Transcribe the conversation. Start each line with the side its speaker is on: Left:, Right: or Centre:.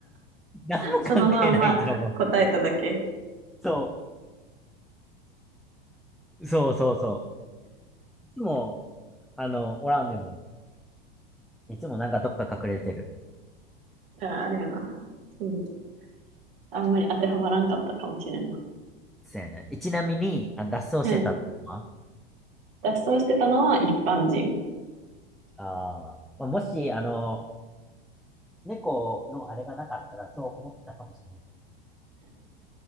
Centre: 何も関係ないと思う。
Right: そのまんま答えただけ。
Centre: そそうそうそう。う。いつも、あの、おらんでも。いつもなんかどっか隠れてる。
Right: あーあれやな。うん。あんまり当てはまらんかったかもしれんな。
Centre: そうやね。ちなみに、あの脱走してたのは
Right: うん。脱走してたのは一般人。
Centre: あーまあ、もし、あの、猫のあれがなかったらそう思ってたかもしれない。